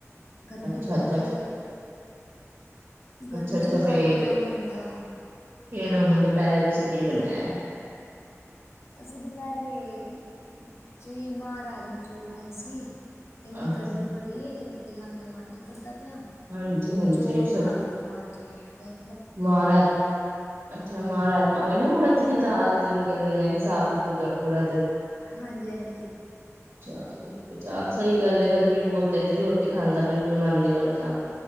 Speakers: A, on the left (about 55°); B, on the right (about 60°).
A: ਗਰਮੀ
B: ਅੱਛਾ
A: ਬੋਤ
B: ਅੱਛਾ
A: ਏ। ਗਰਮੀ'ਚ
B: ਅੱਛਾ ਅੱਛਾ
A: ਵੀ
B: ਫੇਰ
A: ਘੱਟ ਈ ਕੰਮ ਹੁੰਦਾ।
B: ਫੇਰ ਹੁਨ ਦੁਪਹਿਰੇ ਤੁਸੀਂ ਕੀ ਬਣਾਇਆ?
A: ਅਸੀਂ ਦੁਪਹਿਰੇ ਜ ਮਹ, ਰਾਜਮਾ ਚੋਲ ਬਣਾਏ ਸੀ। ਕਹਿੰਦੇ
B: ਹਾਂਜੀ
A: ਗਰਮੀ ਬੜੀ ਏ, ਰੋਟੀ ਖਾਣ ਦਾ ਮਨ ਨਹੀਂ ਕਰਦਾ ਪਿਆ,
B: ਹਾਂਜੀ
A: ਤੇ ਚੋਲ ਬਣਾ ਲ ਰੋਮਾ ਚੇਹੀਦਾ
B: ਮਾ ਰਾਜ, ਅੱਛਾ ਮਾ ਰਾਜ, ਓਈ ਨਾ ਉੜਦ ਦੀ ਦਾਲ ਜਿਹਨੂੰ ਕਹਿੰਦੇ ਨੇ ਸਾਬ ਤਦ ਉੜਦ
A: ਹਾਂਜੀ ਹਾਂਜੀ
B: ਚੱਲ ਠੀਕ ਏ, ਚ ਸਹੀ ਗੱਲ ਐ, ਗਰਮੀ ਬਹੁਤ ਐ ਜੀ, ਰੋਟੀ ਖਾਣ ਦਾ ਬਿਲਕੁਲ ਮਨ ਨੀ ਕਰਦਾ